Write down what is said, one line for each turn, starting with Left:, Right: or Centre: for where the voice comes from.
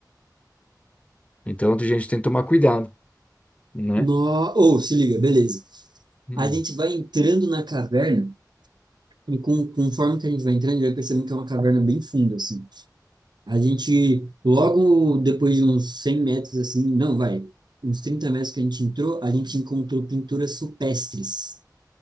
Left: Então a gente tem que tomar cuidado, né?
Right: No... Ou, se liga, beleza.
Left: Hum,
Right: A gente vai entrando na caverna e com, conforme que a gente vai entrando, a gente vai percebendo que é uma caverna bem funda, assim. A gente, logo depois de uns 100 metros, assim, não, vai, uns 30 metros que a gente entrou, a gente encontrou pinturas supestres